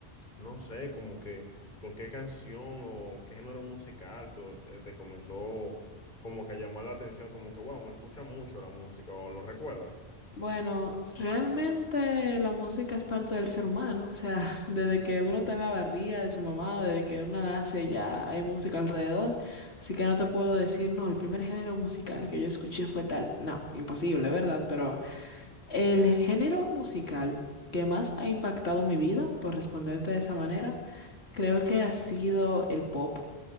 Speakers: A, on the left; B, on the left.
A: no sé, como que con qué canción o qué género musical tú- eh, te comenzó como que a llamar la atención, como que, wow, me escucha mucho la música o lo recuerdas.
B: Bueno, realmente la música es parte del ser humano, o sea, <laughs> desde que uno está en la barriga de su mamá o desde que uno nace ya hay música alrededor, así que no te puedo decir, no, el primer género musical que yo escuché fue tal, no, imposible, ¿verdad? Pero el género musical que más ha impactado mi vida, por responderte de esa manera, creo que ha sido el pop.